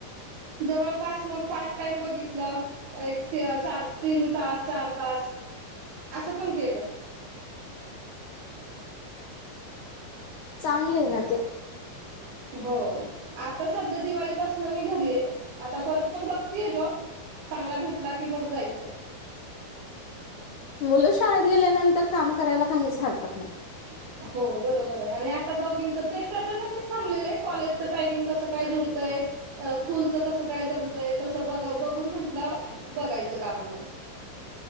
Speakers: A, on the right; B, on the left.
A: जवळपास मग पार्ट टाइम बघितलं एक चार तीन तास चार तास असं पण केलं.
B: चांगले ना ते,
A: हो आता दिवाळीपासन मी घरी आहे आता परत पण बघ ते जॉब चांगला भेटला की मग जायच आहे.
B: मुलं शाळेत गेल्यानंतर काम करायला काहीच हरकत नाही.
A: <inaudible> हो बरोबर आहे आणि आता दोघींचं ते त्याच्यासाठीच थकलेले आहे. काॅलेजचं टायमिंग कसं काय जुळतंय? अ स्कूलचं कसं काय जमतंय. तसं ब बघून म्हटलं बघायचं काम म